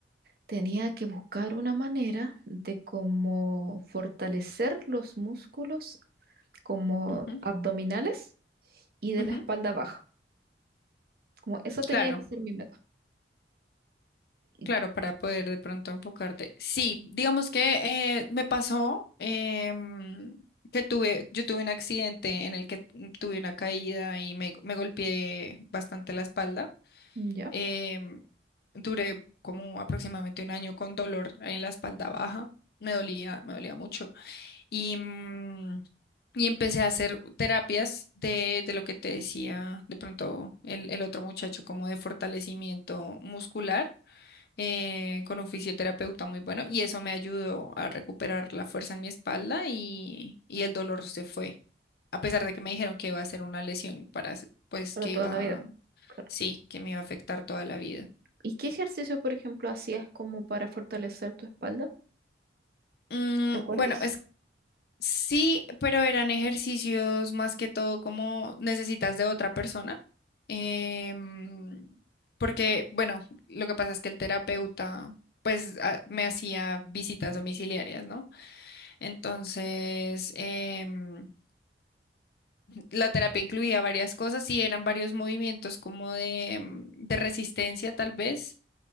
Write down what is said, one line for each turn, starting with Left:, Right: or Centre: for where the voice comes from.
Right: Tenía que buscar una manera de cómo fortalecer los músculos como
Left: Ujú,
Right: abdominales y de
Left: ujú.
Right: la espalda baja. Como esa tenía
Left: Claro.
Right: que ser mi meta. Y
Left: Claro,
Right: tú-
Left: para poder de pronto enfocarte. Sí, digamos que eh, me pasó em, que tuve, yo tuve un accidente en el que tuve una caída y me, me golpeé bastante la espalda.
Right: ya,
Left: Em, duré como aproximadamente un año con dolor en la espalda baja. Me dolía, me dolía mucho. Y, mm, y empecé a hacer terapias de, de lo que te decía de pronto el, el otro muchacho, como de fortalecimiento muscular eh, con un fisioterapeuta muy bueno y eso me ayudó a recuperar la fuerza en mi espalda y, y el dolor se fue. A pesar de que me dijeron que iba a ser una lesión para, s- pues
Right: para
Left: que
Right: toda
Left: iba,
Right: la vida. Claro.
Left: sí, que me iba a afectar toda la vida.
Right: ¿Y qué ejercicios, por ejemplo, hacías como para fortalecer tu espalda?
Left: Mm,
Right: ¿Te acuerdas?
Left: bueno, es sí, pero eran ejercicios más que todo como necesitas de otra persona. em, porque, bueno, lo que pasa es que el terapeuta, pues, a- me hacía visitas domiciliarias, ¿no? Entonces, em, la terapia incluía varias cosas y eran varios movimientos como de, em, de resistencia tal vez.